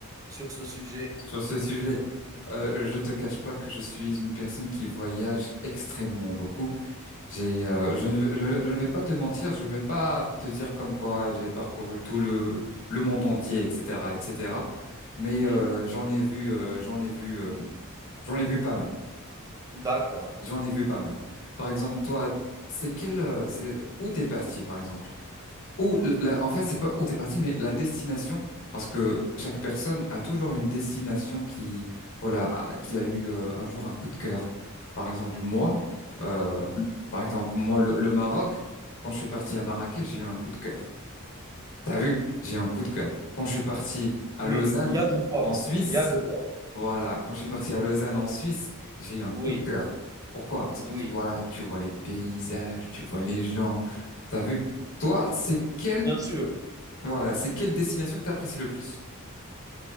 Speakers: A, on the right (about 15°); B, on the left (about 60°).
A: sur ce sujet.
B: Sur ce sujet, euh, je te cache pas que je suis une personne qui voyage extrêmement beaucoup. J'ai, euh, je ne, vais- je, je ne vais pas te mentir, je vais pas te dire comme quoi j'ai parcouru tout le le monde entier, etc., etc. Mais
A: Oui,
B: euh, j'en ai vu, euh, j'en ai vu, euh, j'en ai vu pas mal.
A: d'accord.
B: J'en ai vu pas mal. Par exemple, toi, c'est quel, euh, c'est où t'es parti, par exemple?
A: Oui,
B: Ou l- la- en fait, c'est pas où t'es parti, mais la destination, parce que chaque personne a toujours une destination qui, voilà, a- qui a eu euh, un jour un coup de cœur. Par exemple, moi, euh, par exemple, moi, le, le Maroc, quand je suis parti à Marrakech, j'ai eu un coup de cœur. T'as vu? J'ai eu un coup de cœur. Quand je suis parti à
A: oui,
B: Lausanne,
A: il y a de quoi,
B: en Suisse,
A: il y a de quoi.
B: voilà, quand
A: Oui,
B: je suis parti à Lausanne en Suisse, j'ai eu un
A: oui,
B: coup de cœur. Pourquoi? Parce
A: oui,
B: que tu, voilà, tu vois les paysages, tu vois les gens. T'as vu? Toi, c'est quelle,
A: bien sûr.
B: voilà, c'est quelle destination que t'apprécies le plus?